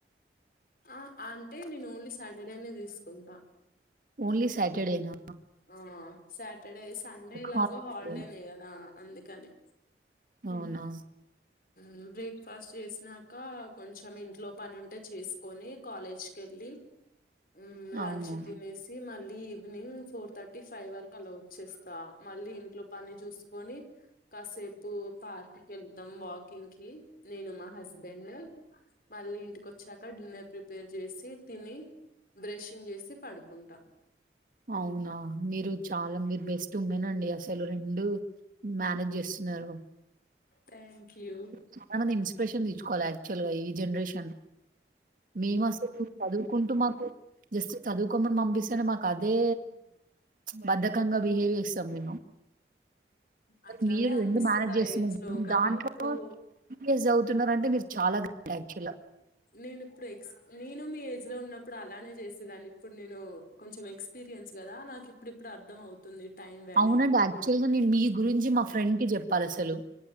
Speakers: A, on the left; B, on the right.
A: ఆ అంటే నేను ఓన్లీ సాటర్డే నే తీసుకుంట
B: ఓన్లీ సటర్డేనా
A: ఆ సాటర్డే సండే ఎలాగో
B: హారస్
A: హాలిడనే
B: అండి
A: గద అందుకని
B: అవునా
A: మ్ బ్రేక్ఫాస్ట్ చేసినాక కొంచెం ఇంట్లో పని ఉంటే చేసుకొని కాలేజ్కిలి లి మ్ లంచ్
B: అవును
A: తినేసి మళ్ ఇ ఈవనింగ్ ఫోర్ థర్టీ ఫైవ్ వరకు అలా వచ్చేస్తా మళ్ళీ ఇంట్లో పని చూసుకొని కాసేపు పార్కకెళ్తామ్ వాకింగ్ కి నేను మా హస్బెండ మళ్ళీ ఇంటిక ఒచ్చాక డ్యూయర్ ప్రిపేర్ చేసి తిని బ్రషింగ్ చేసి పడుకుంట
B: అవునా మీరు చాలా మీరు బెస్ట్ ఉమెన్ అండి అసలు రెండు మేనేజ్ చేస్తు న్నారు
A: థ్యాంక్ యూ
B: చానా మంది ఇన్స్పిరేషన్ తెచ్చుకోవాల్ చలుగా ఈ జనరేషన్ మేమ్ అసలు చదువుకుంటూ మాకు జస్ట్ చదువుకోమ్మని పంపిస్తేనే మాకు అదే బద్ద బిహేవ్ చేస్తాం మేము
A: అట్లానే
B: మీరు
A: అనిపిస్తది
B: రెండు మేనేజ్
A: ఆ
B: చేస్తు
A: ఏజ్ లో కానీ
B: దాంట్లో
A: ఇప్పుడు
B: ఏం బి బి స్ మీరు చాలా గ్రేట్ యాక్చువల్ గా
A: నేను ఇప్పుడు ఎక్స్ నేను మీ ఏజ్ లో ఉన్నప్పుడు అలానే చేసేదాన్ని ఇప్పుడు నేను కొంచెం ఎక్స్పీ ఎపీరియన్స్ కదా నాకు ఇప్పుడు ఇప్పుడు అర్ధం అవుతుంది టైం వాల్యూ
B: అవునండి యాక్చువల్ గా నేన్ మీ గురించి మా ఫ్రెండ్ కి జేప్పాలి అసలు